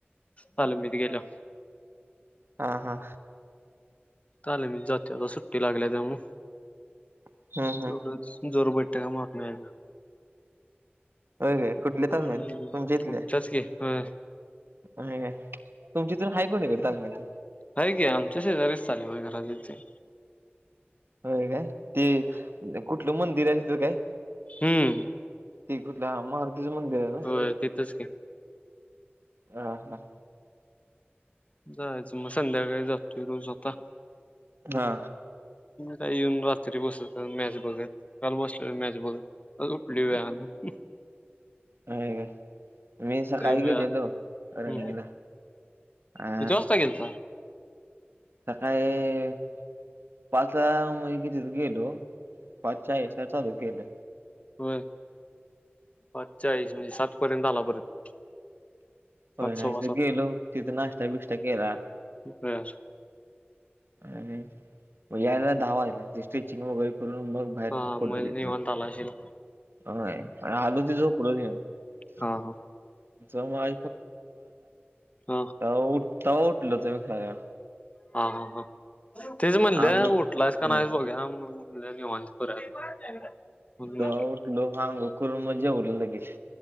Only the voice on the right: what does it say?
हा, हा
हम्म हम्म
<unintelligible> कुठले तांदूळ
हायत, तुमच्या इथले,
आणि काय तुमची तर हायत? कोनिकडं तालीमत्
व्हय, काय? ते, ते कुठलं मंदिर हाय? असं काय?
ते कुठलं, मारुतीच मंदिर आहे ना?
हा, हा
हा
आणि काय, मी सकाळी
गेलेलो
रनिंगला.
अ
सकाळी पाचला म्हणजे किती गेलो पाचच्या एसट्या चालू <unintelligible> केलं
व्हय,
नाही
गेलो तिथं, नाश्ता बिष्टा केला.
आणि, म यायला दहा वाजले, डीशटिंगची वगैरे, करून मग बाहेर
पडलो
तिथनं.
होय आणि आलोते झोपलोच येवून. <unintelligible>
हा,
उठ. तवा उठलोच खाऊया.
अंघोळ
हा
तवा उठलो अंघोळ केलो. करून मग जेवलो लगेच.